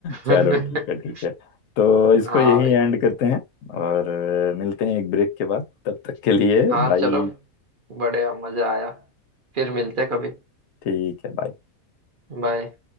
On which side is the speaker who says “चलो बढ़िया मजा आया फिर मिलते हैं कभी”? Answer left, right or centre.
Right